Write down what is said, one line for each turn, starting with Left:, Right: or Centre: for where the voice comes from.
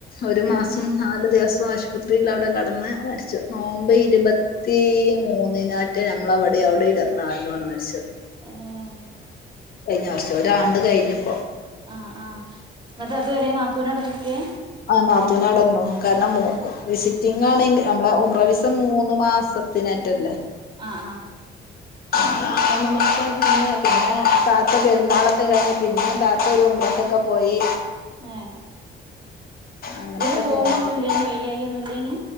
Left: ഒരു
Right: ഉം
Left: മാസം നാല് ദിവസവും ആശുപത്രിൽ അവിടെ കിടന്ന് മരിച്ചു നോമ്പ് ഇരുപത്തി മൂന്നിനോ മ <unintelligible> നമ്മള അവിഡിം അവിടെഇരുമ്പത്തിനാലിനാണ് മരിച്ചത്
Right: ഹെ
Left: കഴിഞ്ഞ വർഷം ഒരാണ്ട് കഴിഞ്ഞ് ഇപ്പം
Right: ആആ എന്നിട്ട് അതുവരെ നാ തൂന് അവിടെ നിക്കേ
Left: ആ നാത്തൂൻ അവിടെ നിന്നു കാരണം മോ ഉ വിസിറ്റിംഗ്ആണെങ്കിൽ നമ്മള ഒ പ്രവിസ് ത് മൂന്ന് മാസത്തിനെറ്റല്ലേ
Right: ആ ആ
Left: അ മൂന്ന് മാസം നിന്ന് പിന്നെ താത്ത പെരുന്നാളൊക്കെ കഴിഞ്ഞ പിന്നെ താത്ത ഒരു ഉംറകെ ക്കെ ഒക്ക പോയി
Right: ഏ
Left: അങ്ങനെയൊക്കെ
Right: ഇവ്ടന്ന് പോകുമ്പോ
Left: പോണത്
Right: ഒന്നുല്ലേനി വയ്യായി ഒന്നുല്ലേനി